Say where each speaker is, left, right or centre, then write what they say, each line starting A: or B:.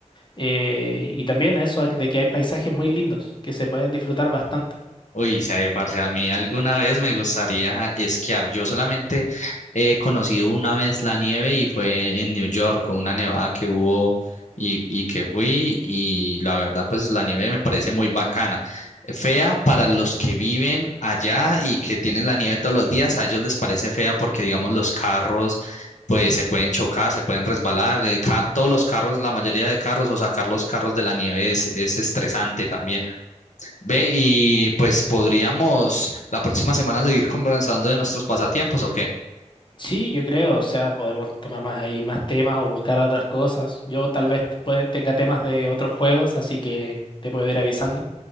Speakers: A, on the left; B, on the left.
A: Eh, y también eso de que hay paisajes muy lindos que se pueden disfrutar bastante.
B: Uy, sabe, parce, a mí alguna vez me gustaría esquiar. Yo solamente he conocido una vez la nieve y fue en New York, con una nevada que hubo y, y que fui. Y la verdad, pues la nieve me parece muy bacana. Fea para los que viven allá y que tienen la nieve todos los días, a ellos les parece fea porque, digamos, los carros, pues se pueden chocar, se pueden resbalar. eh, ca- todos los carros, la mayoría de carros o sacar los carros de la nieve es es estresante también. Ve, y pues podríamos la próxima semana seguir conversando de nuestros pasatiempos, ¿o qué?
A: Sí, yo creo, o sea, podemos tomar más ahí más temas o buscar otras cosas. Yo tal vez te- puede- tenga temas de otros juegos, así que te puedo ir avisando.